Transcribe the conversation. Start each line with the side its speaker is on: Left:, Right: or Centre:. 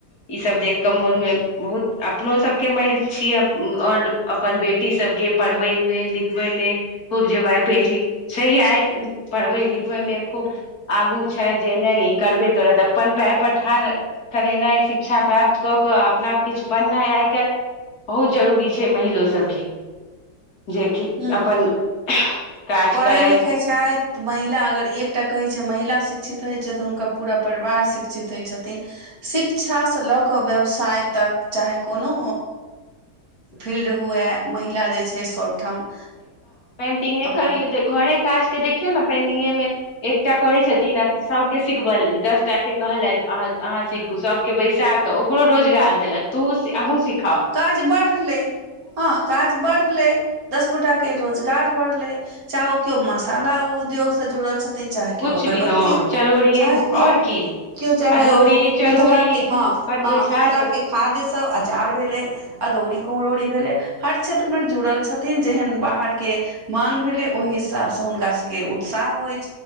Left: ई सब देख के मोन मे बहुत अपनो सब के मे छियै आओर अपन बेटी सबके पढ़बै मे लिखबै मे खूब जबाय बेटी छैह आइ पढ़बै लिखबै मे खूब आगू छै जे नहि ई करबे करत अपन पैर पर ठाढ़ करेनाइ शिक्षा प्राप्त कऽ कऽ अपना किछु बननाइ आइ काल्हि बहुत जरूरी छै महिलो सबके जेकि
Right: हूँ
Left: अपन काज
Right: पढ़ै
Left: करथि
Right: लिखैत छथि तऽ महिला अगर एकटा कहै छै महिला शिक्षित होइत छै तऽ हुनका पूरा परिवार शिक्षित होइत छथिन शिक्षासँ लऽ कऽ व्यवसाय तक चाहे कोनो फील्ड हुए महिला जे छै सभठाम
Left: कटिंग
Right: अपन
Left: करियऔ घरे काज के देखियौ ने पेनिंगे मे एकटा करै छथिन आ सभके सिखबल दसटाे कहलथि अहाँ सिखू सभ के बैसा क ओकरो रोजगार देलथि तू अहूँ सिखाओ
Right: काज बढ़लै हँ काज बढ़लै दस गोटा के रोजगार बढ़ले चाहे ओ केओ मसाला उद्योग से जुड़ल छथि चाहे
Left: कुछ
Right: कओ अगरबत्ती
Left: भी हँ चरौड़िये
Right: चाहे
Left: आओर
Right: कओ
Left: की
Right: केओ चाहे
Left: अदौरी
Right: ओ
Left: चरौरी
Right: मिथिला के हँ
Left: बनबै
Right: हँ मिथिला
Left: छथि
Right: के खाद्य सब आचार भेलै अदौरी कुम्हरौरी भेलै हर क्षेत्र मे जुड़ल छथिन जेहन बाहर के मांग भेलै ओहि हिसाबसँ हुनका सभके उत्साह होइत